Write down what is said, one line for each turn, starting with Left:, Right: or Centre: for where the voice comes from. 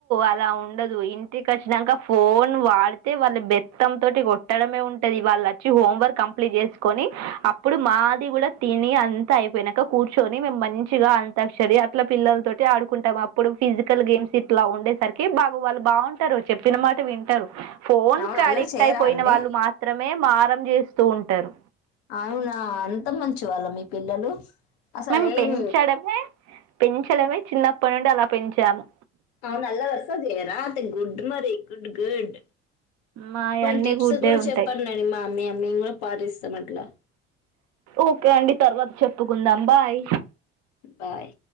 Right: అలా ఉండదు ఇంటికి అచ్చినంక ఫోన్ వాడితే వాళ్ళ బెత్తం తోటి కొట్టడమే ఉంటది వాళ్ళచ్చి హోంవర్క్ కంప్లీట్ జేస్కొని అప్పుడు మాది కూడా తిని అంత అయిపోయినంక కూర్చొని మేము మంచిగా ఆన్ తక్షరి అట్లా పిల్లలతోటి ఆడుకుంటాం అప్పుడు ఫిజికల్ గేమ్స్ ఇట్లా ఉండేసరికి బాగు వాళ్ళు బాగుంటారు చెప్పిన మాట వింటరు ఫోన్
Left: అవును
Right: క్
Left: అల్లరి
Right: అడిక్ట్
Left: చేయరా
Right: అయిపోయిన
Left: అండి
Right: వాళ్ళు మాత్రమే మే మారం జేస్తూ ఉంటరు
Left: అవునా అంత మంచి వాళ్ళ మీ పిల్లలు అసలు
Right: మేం
Left: ఏం
Right: పెంచడమే పెంచడమే చిన్నప్పడి నుండి అలా పెంచాము
Left: అవున అల్లరి అస్సల్ చెయ్యరా ఐతే గుడ్ మరి గుడ్ గుడ్
Right: మాయన్నీ
Left: కొన్ని టిప్స్
Right: గుడ్డే
Left: కూడా
Right: ఉంటాయి
Left: చెప్పండండి మా <unintelligible> మేం గూడ పాటిస్తాం అట్లా
Right: ఓకే అండి తర్వాత్ చెప్పుకుందాం బాయ్
Left: బాయ్